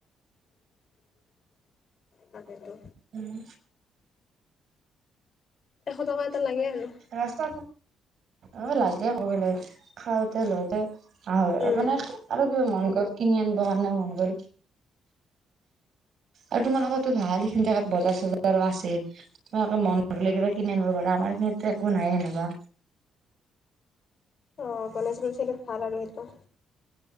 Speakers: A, on the left; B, on the right.
A: <inaudible> তাকেতো।
B: উম।
A: এশ টকা এটা লাগে আৰু।
B: ৰাস্তাত অ', লাগে আকৌ এইবিলাক। খাওঁতে, লওঁতে অ, হয়
A: উম।
B: এইপিনে আৰু কিবা মন গ'ল, কিনি আনিব কাৰণে মন গ'ল। আৰু তোমালোকৰতো ভাল সেইখিনি জেগাত বজাৰ, চজাৰো আছে তোমালোকে মনত পৰিলে কিবা কিনি আনিব পাৰা। আমাৰখিনো একো নাই হেনেকুৱা।
A: আহ গণেশগুৰি চাইডে ভাল আৰু সেইটো।